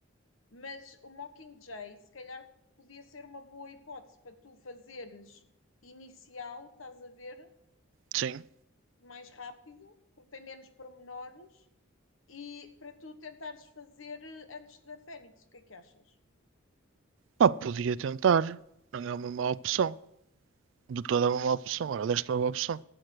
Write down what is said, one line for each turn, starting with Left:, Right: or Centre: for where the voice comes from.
Left: Mas o Mockingjay, se calhar, podia ser uma boa hipótese para tu fazeres inicial, estás a ver?
Right: sim.
Left: Mais rápido, porque tem menos pormenores e para tu tentares fazer eh, antes da Fênix, o que é que achas?
Right: Pá, podia tentar. Não é uma má opção. De toda é uma má opção. Ora, deste é uma boa opção.